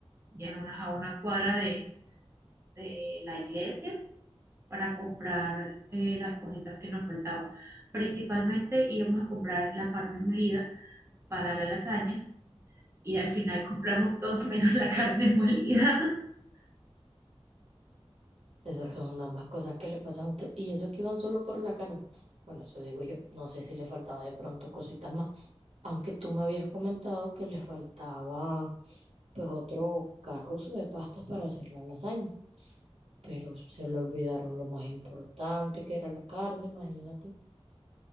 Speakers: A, on the right; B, on the right.
A: ya a una, a una cuadra de, de la iglesia para comprar eh, las cositas que nos faltaban. Principalmente íbamos a comprar la carne molida para la lasaña y al final <laughs> compramos todos menos la carne molida.
B: Esas son nada más cosas que le pasan a usted. Y eso que iban solo por la carne. Bueno, eso digo yo. No sé si le faltaba de pronto cositas más. Aunque tú me habías comentado que le faltaba pues otro carruzo de pastas para hacer la lasaña. Pero se le olvidaron lo más importante que era la carne, imagínate.